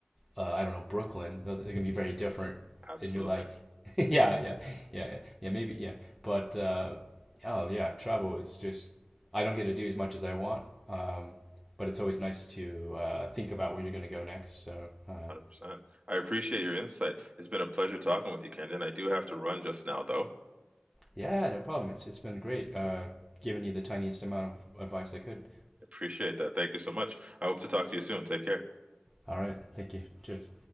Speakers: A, in the centre; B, on the right.
A: uh, I don't know Brooklyn, those are going to be very different.
B: Absolutely.
A: And you're like, <laughs> yeah, yeah, yeah, yeah, yeah, maybe, yeah. But uh, oh yeah, travel is just I don't get to do as much as I want. Um, but it's always nice to uh, think about where you're going to go next. So uh,
B: 100%. I appreciate your insight. It's been a pleasure talking with you, Kendon. I do have to run just now, though.
A: yeah, no problem. It's it's been great uh, giving you the tiniest amount of advice I could.
B: Appreciate that. Thank you so much. I hope to talk to you soon. Take care.
A: All right. Thank you. Cheers.